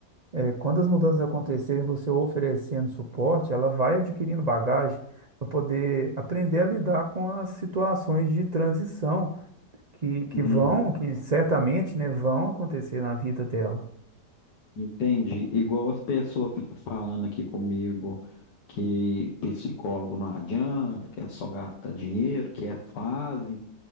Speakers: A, on the right (about 55°); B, on the left (about 75°).
A: É, Quando as mudanças acontecerem, você oferecendo suporte, ela vai adquirindo bagagem para poder aprender a lidar com as situações de transição que, que
B: Uhum.
A: vão, que certamente, né, vão acontecer na vida dela.
B: Entende? Igual as pessoas ficam falando aqui comigo que psicólogo não adianta, que é só gastar dinheiro, que é fase,